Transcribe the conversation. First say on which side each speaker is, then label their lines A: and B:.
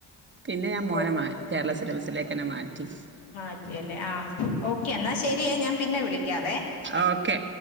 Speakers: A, on the right; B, on the left.
A: പിന്നെ ഞാൻ മോനെ
B: ഓ
A: മാ കേരള സിലബസിലേക്കന്നെ മാറ്റി.
B: മാറ്റിയല്ലേ? ആ ഓക്കെ എന്നാ ശരിയെ ഞാൻ പിന്നെ വിളിക്കാവേ?
A: ഓക്കെ